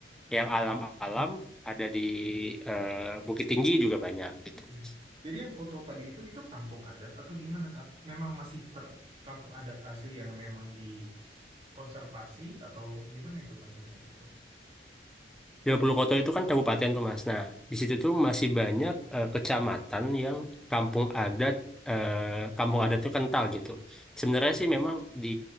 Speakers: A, in the centre; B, on the right.
A: yang alam-alam ada di eh, Bukit Tinggi juga banyak gitu
B: Hmm.
A: mas.
B: jadi yang Koto tadi itu itu kampung adat atau gimana? At- memang masih ter kampung adat asli yang memang dikonservasi atau gimana itu konsepnya di situ?
A: 30 kota itu kan kabupaten tuh Mas. Nah, di situ tuh masih banyak eh, kecamatan yang kampung adat eh, kampung adat tuh kental gitu. Sebenarnya sih memang di